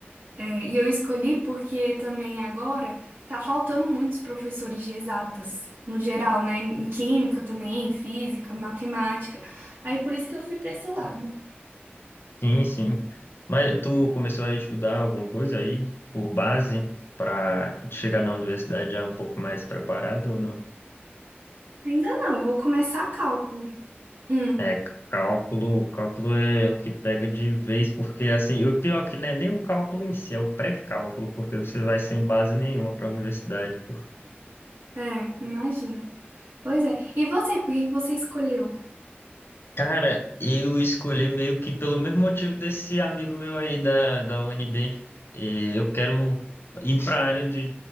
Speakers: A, on the right (about 70°); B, on the left (about 65°).
A: É, e eu escolhi porque também agora tá faltando muitos professores de exatas, no geral, né? Em química também, em física, matemática. Aí por isso que eu fui pra esse lado.
B: Sim, sim. Mas tu começou a estudar alguma coisa aí por base para chegar na universidade já um pouco mais preparado ou não?
A: Ainda não, vou começar cálculo. Hum,
B: É, cálculo, cálculo é o que pega de vez, porque assim, o pior é que não é nem o cálculo em si, é o pré-cálculo, porque você vai sem base nenhuma para a universidade.
A: é, imagino. Pois é. E você, por que que você escolheu?
B: Cara, eu escolhi meio que pelo mesmo motivo desse amigo meu aí da, da UNB. E eu quero ir para a área de,